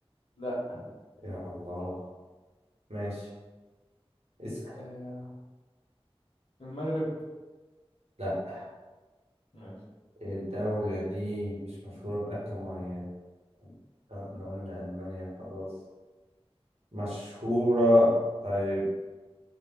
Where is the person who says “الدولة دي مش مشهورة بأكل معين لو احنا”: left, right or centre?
Right